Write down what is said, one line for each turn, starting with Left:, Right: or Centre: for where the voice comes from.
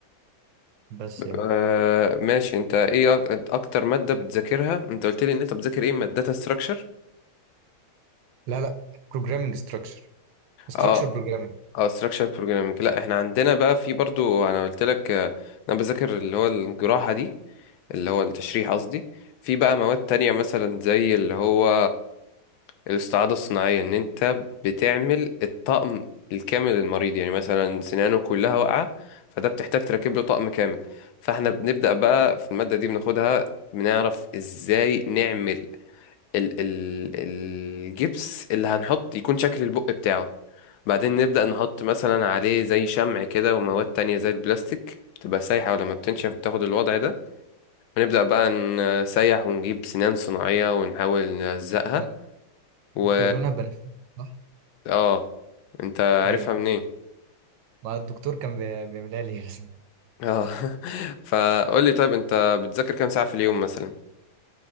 Right: بس يعني
Left: آه ماشي أنت إيه أك- أكتر مادة بتذاكرها أنت قلت لي إن أنت بتذاكر إيه مادة داتا ستراكشر
Right: لا لا programming structure structure
Left: أه
Right: programming
Left: اه ستراكشر بروجرامنج لا احنا عندنا بقى في برضو انا قلت لك آه، انا بذاكر اللي هو الجراحه دي اللي هو التشريح قصدي في بقى مواد تانية مثلا زي اللي هو الاستعاضة الصناعية ان انت بتعمل الطقم الكامل للمريض يعني مثلا سنانه كلها واقعة فده بتحتاج تركب له طقم كامل فاحنا بنبدأ بقى في المادة دي بناخدها بنعرف ازاي نعمل ال ال الجبس اللي هنحط يكون شكل البق بتاعه بعدين نبدأ نحط مثلا عليه زي شمع كده ومواد تانية زي البلاستيك بتبقى سايحة ولما بتنشف بتاخد الوضع ده هنبدأ بقى نسيح ونجيب سنان صناعية ونحاول نلزقها
Right: لا لا
Left: و
Right: دي بتبقى لونها بنفسجي صح
Left: اه انت عارفها
Right: ايوه ايوه
Left: منين
Right: ما الدكتور كان بي- بيعملها لي بس
Left: اه <laughs> فقول لي طيب انت بتذاكر كام ساعة في اليوم مثلا